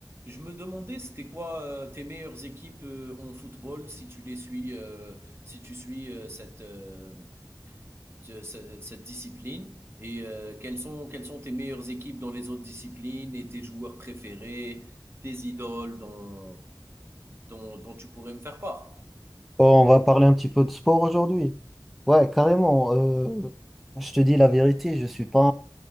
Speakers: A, on the right; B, in the centre.
A: Je me demandais, c'était quoi euh, tes meilleures équipes euh, en football si tu les suis, euh, si tu suis euh, cette, euh, ce- ce- cette discipline et euh, quelles sont, quelles sont tes meilleures équipes dans les autres disciplines et tes joueurs préférés, tes idoles dont, dont, dont tu pourrais me faire part?
B: Bon, on va parler un petit peu de sport aujourd'hui. Ouais, carrément. euh, je te dis la vérité, je suis pas